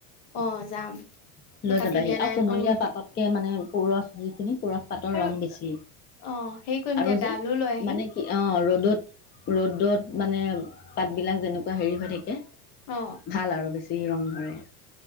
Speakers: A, on the left; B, on the left.
A: অ যাম
B: লৈ
A: কাটি
B: যাবাহি
A: দিয়া নাই
B: আৰু কুমলীয়া
A: উম
B: পাততকে মানে পুৰঠ যিখিনি পুৰঠ পাতৰ
A: আৰু
B: ৰং বেছি
A: অ হেৰি কৰিম
B: আৰু
A: দিয়া ডালো
B: যে
A: লৈ আহিম
B: মানে কি অঁ ৰ'দত ৰ'দত মানে--পাত বিলাক যেনেক কুৱা হেৰি হৈ থাকে--ভাল
A: অ
B: আৰু বেছি। <unintelligible> ৰং ধৰে